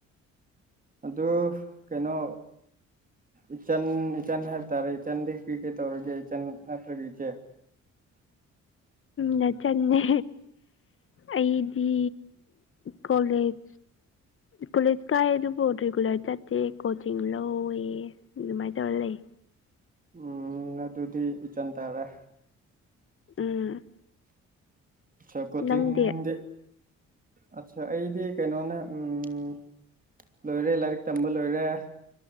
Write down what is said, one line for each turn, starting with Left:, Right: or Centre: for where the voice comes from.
Right: ꯑꯗꯨ ꯀꯩꯅꯣ ꯏꯆꯟ ꯏꯆꯟ ꯍꯥꯏꯇꯥꯔꯦ ꯏꯆꯟꯗꯤ ꯀ꯭ꯔꯤ ꯀꯩ ꯇꯧꯔꯒꯦ ꯏꯆꯟ ꯅꯠꯇ꯭ꯔꯒ ꯏꯆꯦ
Left: ꯅꯥꯆꯟ ꯅꯦ ꯑꯩꯗꯤ ꯀꯣꯂꯦꯖ ꯀꯣꯂꯦꯖ ꯀꯥꯏꯑ ꯑꯗꯨꯕꯨ ꯔꯤꯒꯨꯂꯔ ꯆꯠꯇꯦ ꯀꯣꯆꯤꯡ ꯂꯧꯋꯦ ꯃꯥꯏ ꯇꯔ ꯂꯩꯦ
Right: ꯎꯝ ꯑꯗꯨꯗꯤ ꯏꯆꯟ ꯇꯥꯔꯦ
Left: ꯎꯝ
Right: ꯆ ꯀꯣꯆꯤꯡꯗꯤ
Left: ꯅꯪꯗꯤ
Right: ꯑꯠꯆꯥ ꯑꯩꯗꯤ ꯀꯩꯅꯣꯅꯦ ꯎꯝ ꯂꯣꯏꯔꯦ ꯂꯥꯏꯔꯤꯛ ꯇꯝꯕ ꯂꯣꯏꯔꯦ